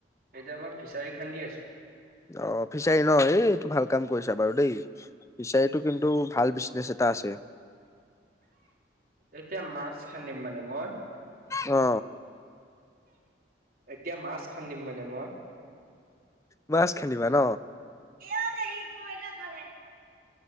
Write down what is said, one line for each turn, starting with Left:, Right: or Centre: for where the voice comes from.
Right: এতিয়া মই ফিচাৰী খান্দি আছো।
Left: অ ফিচাৰী ন এই এইটো ভাল কাম কৰিছা বাৰু দেই ফিচাৰীটো কিন্তু ভাল বিচনে। স তাহছে।
Right: এতিয়া মাছ খান্দিম মানে মই।
Left: অ।
Right: এতিয়া মাছ খান্দিম মানে মই।
Left: মাছ খান্দিবা ন?
Right: এয়া দে সি একোৱে নাখালে।